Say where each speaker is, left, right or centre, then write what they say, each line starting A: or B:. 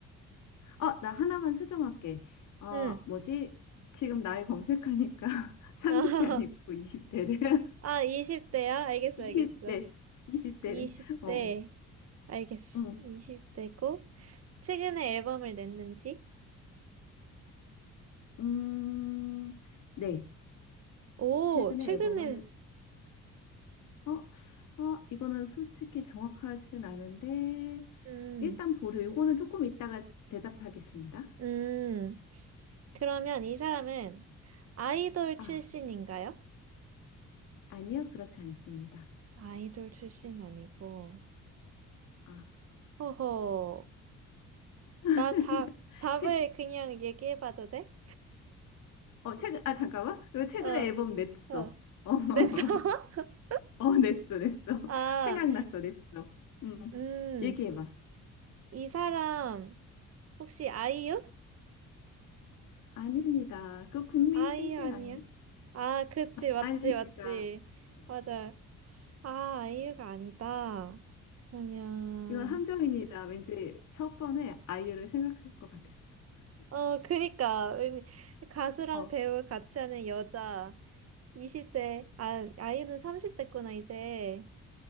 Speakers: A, on the left; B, on the right.
A: 어, 나 하나만 수정할게. 어,
B: 응.
A: 뭐지? 지금 나이 검색하니까 <laughs> 30대
B: <laughs>
A: 아니고 20대래.
B: 아, 20대야? 알겠어,
A: 20대,
B: 알겠어.
A: 20대래.
B: 20대.
A: <laughs> 어,
B: 알겠어.
A: 음,
B: 20대고, 최근에 앨범을 냈는지?
A: 음, 네.
B: 오,
A: 최근에
B: 최근에.
A: 앨범을, 어, 아, 이거는 솔직히 정확하진 않은데,
B: 음,
A: 일단 보류. 이거는 조금 이따가 대답하겠습니다.
B: 음. 그러면 이 사람은 아이돌
A: 아,
B: 출신인가요?
A: 아니요. 그렇지 않습니다.
B: 아이돌 출신 아니고.
A: 아,
B: 허허.
A: <laughs>
B: 나 다, 답을
A: 최,
B: 그냥 얘기해봐도 돼?
A: 어, 최근, 아, 잠깐만. 그리고 최근에
B: 어.
A: 앨범 냈어.
B: 어.
A: 어, <laughs>
B: 냈어? <laughs>
A: 어, 냈어, 냈어. <laughs>
B: 아,
A: 생각났어, 냈어. 음,
B: 음,
A: 얘기해봐.
B: 이 사람, 혹시 아이유?
A: 아닙니다. 그 국민
B: 아이유
A: 땡땡
B: 아니야?
A: 아니,
B: 아, 그치, 맞지,
A: 아닙니다.
B: 맞지. 맞아. 아, 아이유가 아니다. 그러면,
A: 이건 함정입니다. 왠지 첫 번에 아이유를 생각할 것 같았어.
B: 어, 그니까. 왠- 가수랑
A: 어,
B: 배우 같이 하는 여자. 20대, 아, 아이유는 30대구나, 이제.